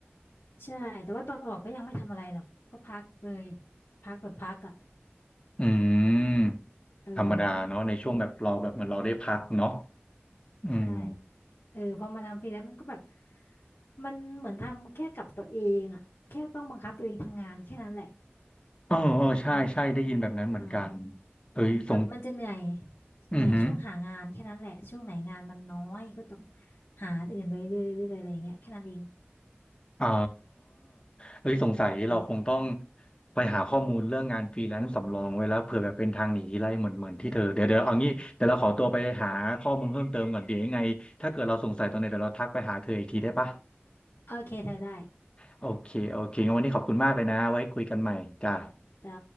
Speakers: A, on the left; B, on the left.
A: ใช่ แต่ว่าตอนออกก็ยังไม่ทำอะไรหรอกก็พักเลย พักแบบพักอ่ะ
B: อืม
A: เออ
B: ธรรมดาเนาะในช่วงแบบเราแบบเหมือนเราได้พักเนาะอืม
A: ใช่เออพอมาทำฟรีแล้วมันก็แบบมันเหมือนทำแค่กับตัวเองอ่ะแค่ต้องบังคับตัวเองทำงานแค่นั้นแหละ
B: เออเออใช่ใช่ได้ยินแบบนั้นเหมือนกัน
A: อืมอืม
B: เฮ้ยสง
A: กับมันจะเหนื่อย
B: อือหือ
A: เหนื่อยช่วงหางานแค่นั้นแหละช่วงไหนงานมันน้อยก็ต้องหาอันอื่นไปเรื่อยๆอะไรอย่างเงี้ยแค่นั้นเอง
B: อ๋อเอ้ยสงสัยเราคงต้อง
A: อืม
B: ไปหาข้อมูลเรื่องงานฟรีแลนซ์สำรองไว้แล้วเผื่อแบบเป็นทางหนีทีไลเหมือนเหมือนที่เธอเดี๋ยวเดี๋ยวเอางี้เดี๋ยวเราขอตัวไปหาข้อมูลเพิ่มเติมก่อนเดี๋ยวยังไงถ้าเกิดเราสงสัยตรงไหนเดี๋ยวเราทักไปหาเธออีกทีได้ปะ
A: โอเคเธอได้
B: โอเคโอเคงั้นวันนี้ขอบคุณมากเลยนะไว้คุยกันใหม่จ้า
A: จ้า